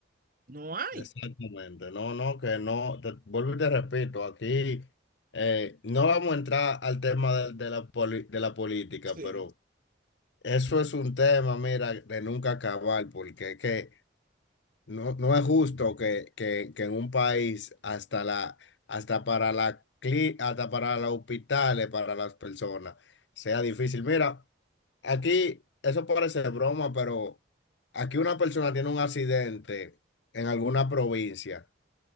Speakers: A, on the right; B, on the left.
A: no hay.
B: Exactamente, no, no, que no, te, vuelvo y te repito, aquí eh, no vamos a entrar al tema de, de la poli- de la política,
A: Sí,
B: pero eso es un tema, mira, de nunca acabar, porque es que no, no es justo que, que, que en un país hasta la, hasta para la cli- hasta para los hospitales, para las personas, sea difícil. Mira, aquí, eso parece broma, pero aquí una persona tiene un accidente en alguna provincia.